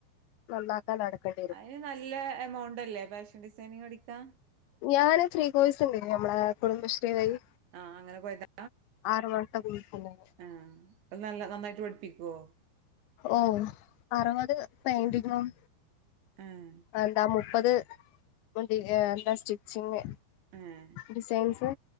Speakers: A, on the left (about 80°); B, on the right (about 75°).
A: നന്നാക്കാൻ നടക്കേണ്ടി വരും
B: അയ്ന് നല്ല എമൗണ്ടല്ലേ ഫാഷൻ ഡിസൈനിങ് പഠിക്കാ
A: ഞാന് ഫ്രീകോയ്സിണ്ടായിനി നമ്മടാ കുടുംബശ്രീ വഴി
B: ആഹ് അങ്ങനെ പോയതാ
A: ആറ് മാസത്തെ കോഴ്സിന്
B: ആ അത് നല്ല നന്നായിട്ട് പഠിപ്പിക്കോ
A: ഓഹ് അറ്വത് പെയിന്റിങ്ങും
B: ഏഹ്
A: എന്താ മുപ്പത് വണ്ടി എന്താ സ്റ്റിച്ചിങ്
B: ഏഹ്
A: ഡിസൈൻസ്